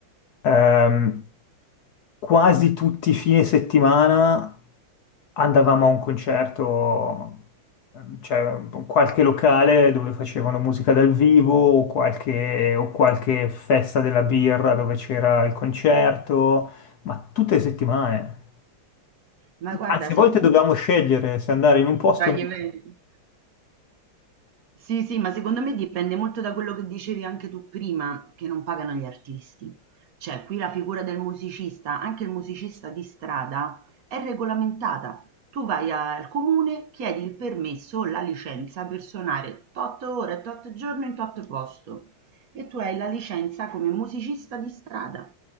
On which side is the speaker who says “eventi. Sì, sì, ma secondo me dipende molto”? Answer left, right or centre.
Right